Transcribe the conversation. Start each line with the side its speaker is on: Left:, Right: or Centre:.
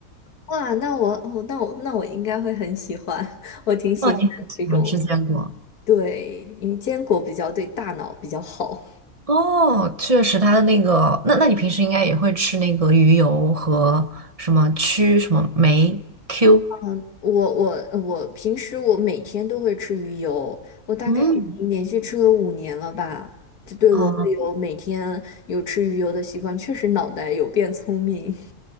Left: 哇，那我哦，那我那我应该会很喜欢，<laughs> 我挺喜欢这种。
Right: <laughs> 哦，你很喜欢吃坚果。
Left: 对，因为坚果比较对大脑比较好。
Right: 哦，确实，他的那个，那那你平时应该也会吃那个鱼油和什么曲什么酶 Q，
Left: 嗯，我我我平时我每天都会吃鱼油，我大概已经连续吃了五年了吧。
Right: 嗯
Left: 这对我会有每天有吃鱼油的习惯，
Right: 啊，
Left: 确实脑袋有变聪明。<laughs>